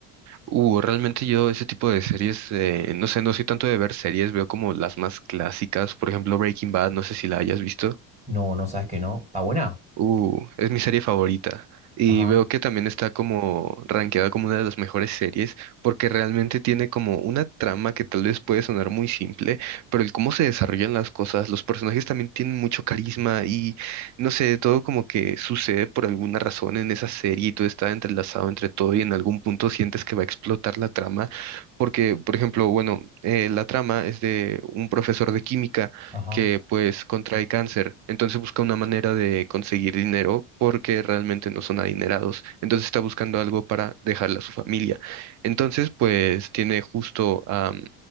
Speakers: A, on the right (about 45°); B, on the right (about 15°).
A: Uh, realmente yo ese tipo de series, eh, no sé, no soy tanto de ver series, veo como las más clásicas, por ejemplo Breaking Bad, no sé si la hayas visto.
B: No, no sabes que no. Está buena.
A: Uh, es mi serie favorita. Y
B: Ajá,
A: veo que también está como rankeada como una de las mejores series, porque realmente tiene como una trama que tal vez puede sonar muy simple, pero el cómo se desarrollan las cosas, los personajes también tienen mucho carisma y no sé, todo como que sucede por alguna razón en esa serie y todo está entrelazado entre todo y en algún punto sientes que va a explotar la trama, porque, por ejemplo, bueno, eh, la trama es de un profesor de química
B: ajá,
A: que pues contrae cáncer. Entonces busca una manera de conseguir dinero porque realmente no son adinerados. Entonces está buscando algo para dejarle a su familia. Entonces pues tiene justo am,